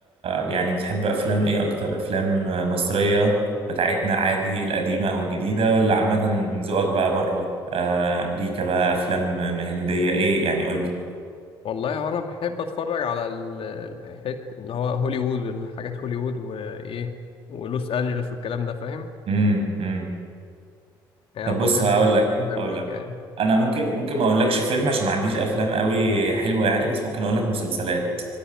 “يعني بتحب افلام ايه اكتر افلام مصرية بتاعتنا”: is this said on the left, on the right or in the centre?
Right